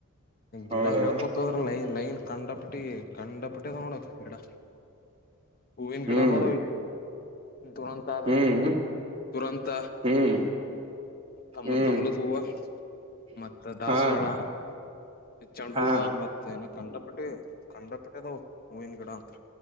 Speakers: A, on the right; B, on the left.
A: ಹೌದಾ
B: ಗಿಡ ಹೇಳ್ಕೊತದ್ರ ಲೈನ್ ಲೈನ್ ಕಂಡಪುಟ್ಟಿ ಕಂಡಪುಟ್ ಅದಾವ್ ನೋಡ್ ಗಿಡ. ಹೂವಿನ್ ಗಿಡನೊ
A: ಹ್ಮ್
B: ಅದಾವ್ ಇಲ್ಲಿ. ದುರಂತಾದ
A: ಹ್ಮ್
B: ದುರಂತ.
A: ಹ್ಮ್
B: ಕಮ್ಲ್
A: ಹ್ಮ್
B: ಕಮಲ್ದ್ ಹೂವ. ಮತ್ತ ದಾಸ್ವಾಳ
A: ಹಾ
B: ಚಂಡೂವ
A: ಹಾ
B: ಮತ್ತೆ ಇನ ಕಂಡಪುಟ್ಟಿ ಕಂಡಪುಟ್ದುವು. ಹೂವಿನ್ ಗಿಡಾತ್ರ.